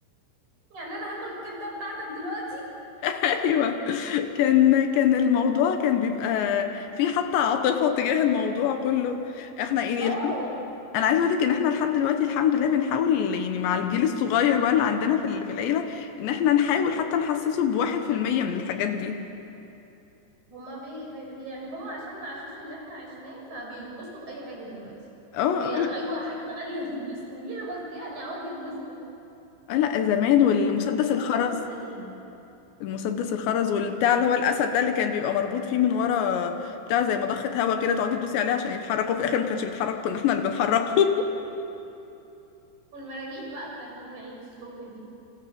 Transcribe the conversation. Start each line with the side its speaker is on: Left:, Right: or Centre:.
Right: يعني انا هاكل الكبدة بتاعتك دلوقتي
Left: ايوه كان كان الموضوع كان بيبقى في حتى عاطفه تجاه الموضوع كله احنا يعني
Right: اه
Left: الحمد- انا عايزه اقول لك ان احنا لحد دلوقتي الحمد لله بنحاول يعني مع الجيل الصغير بقى اللي عندنا في ال- في العيله ان احنا نحاول حتى نحسسه بواحد في المية من الحاجات دي
Right: هما بي بي- يعني هما عشان ما عاشوش اللي احنا عشناه فبيتبسطوا بأي حاجة دلوقتي
Left: اه
Right: هي
Left: اه
Right: ايوه حاجات غالية <laughs> بيتبسطوا بيها بس يعني اهو بيتبسطوا
Left: لا آه، لا، زمان والمسدس
Right: بس اعتقد
Left: الخرز
Right: مش زينا
Left: المسدس الخرز والبتاع اللي هو الاسد ده اللي كان بيبقى مربوط فيه من ورا بتاع زي مضخه هوا كده تقعدي تدوسي عليه عشان يتحرك وفي الاخر ما كانش بيتحرك كنا احنا اللي بنحركه <laughs>
Right: والمراجيح بقى بتاعت يوم العيد الصبح دي